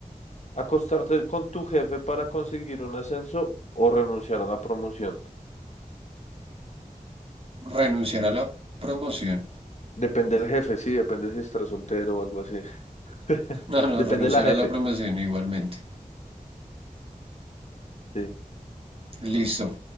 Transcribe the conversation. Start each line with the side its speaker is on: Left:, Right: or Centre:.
Left: Acostarte con tu jefe para conseguir un ascenso o renunciar a la promoción.
Right: Renunciar a la promoción.
Left: Depende del jefe, sí, depende si estás soltero o algo así. <laughs>
Right: No, no,
Left: Depende
Right: renunciar
Left: de la jefe,
Right: a la promoción igualmente.
Left: sí.
Right: Listo.